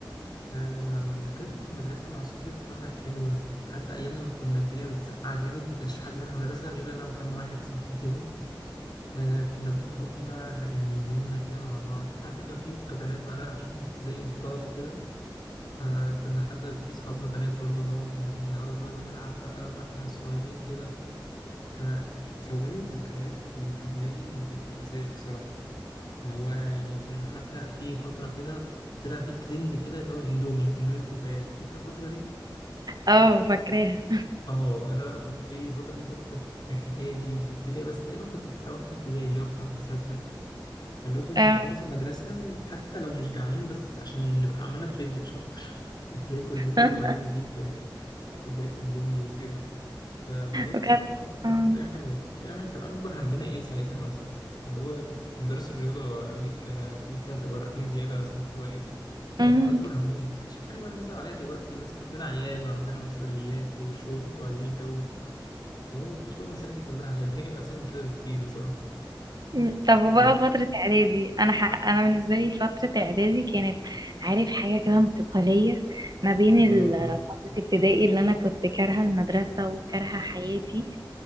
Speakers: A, on the left; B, on the right.
A: فذكرياتي في المدرسه مع صحابي بصراحه كانت حلوه حتى ايام لما كنا الدنيا بتسقع جامد ما كانش في حد بيروح المدرسه غير انا وكام واحد صاحبي كده فكنا بنقضي بقى يعني يومنا كده مع بعض حتى كان في بيبقى بنات معانا عشان كنت تلاقي مختلط وكده فكنا حتى في صحابنا بنات برضو نقعد ن- نهزر ونلعب بقى واحنا صغيرين كده فكونت ذكريات في في دماغي ما بتتنساش بسرعة اللي هو يعني كنا حتى في فترة كده طلع في ترند كده اللي هو اندومي اندومي في كوبايات فاكر الفترة دي؟
B: اه فاكراها
A: اه انا بقى كنت ايه الفترة دي كنت في اعدادي في ابتدائي بس تقريبا كنت في اواخر ابتدائي اللي هو في خمسة ستة فاللي هو كنا
B: آه.
A: نخلص المدرسة وحتى لو مش جعانين بس عشان نبقى عملنا ترند مش أكتر <laughs> هتلاقي كلنا
B: <laughs>
A: طالعين نجيب كوبايات اندومي وكده فالموضوع بصراحة
B: وكانت آه.
A: كان أيام حلوة كان أيام حلوة كان أكبر همنا إيه ساعتها مثلا اللي هو مدرس الرياضة قال لك آه، في حاجة ورقتين زيادة مثلا في الواجب ده
B: مم.
A: كان أكبر هموم مم. ما كانش في حاجة بقى نزعل عليها دلوقتي مثلا عندنا عيال وعندنا مسؤوليات وشغل وعايزين نتجوز لو ما فيش بقى المسائل دي كلها كانت الدنيا كانت أسهل من كده بكتير بصراحة
B: مم. طب وبقى
A: فاي
B: فترة إعدادي أنا ح... أنا بالنسبة لي فترة إعدادي كانت عارف حاجة كده انتقالية ما بين
A: اه
B: ال-
A: اه
B: فترة ابتدائي اللي أنا كنت كارهة المدرسة وكارهة حياتي